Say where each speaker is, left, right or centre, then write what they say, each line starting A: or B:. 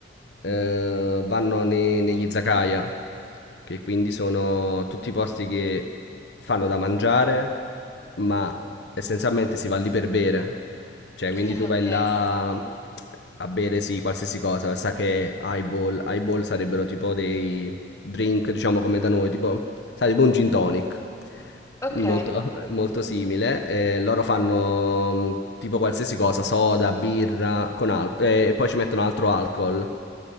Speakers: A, on the left; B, on the left.
A: Eh,
B: Mhm.
A: vanno ne- negli izakaya, che quindi sono tutti i posti che fanno da mangiare, ma essenzialmente si va lì per bere. Cioè, quindi
B: <laughs>
A: tu
B: Ok.
A: vai là a bere, sì, qualsiasi cosa, sa che highball, highball sarebbero tipo dei drink, diciamo come da noi, tipo, sai, tipo un gin tonic,
B: Ok.
A: molto, molto simile. eh, loro fanno mh, tipo qualsiasi cosa, soda, birra, con al- eh, e poi ci mettono altro alcol.